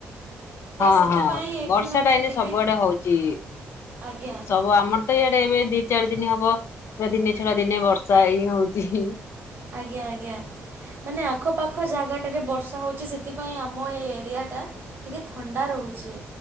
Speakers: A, on the left; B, on the right.
A: ହଁ
B: ସେଥିପାଇଁ
A: ହଁ
B: ଏଠି
A: ବର୍ଷା
B: ମାନେ
A: ଟା ଏଇନେ
B: ଟିକେ
A: ସବୁଆଡେ ହଉଛି
B: ଆଜ୍ଞା
A: ସବୁ ଆମର ତ ଇଆଡେ ଏବେ ଦି ଚାରି ଦିନ ହବ ଏ ଦିନେ ଛଡା ଦିନେ ବର୍ଷା ହିଁ ହଉଚି।
B: ଆଜ୍ଞା ଆଜ୍ଞା ମାନେ ଆଖପାଖ ଜାଗାଟାରେ ବର୍ଷା ହଉଚି ସେ ସେଥିପାଇଁ ଆମ ଏଇ ଏରିଆଟା ଟିକେ ଥଣ୍ଡା ରହୁଛି।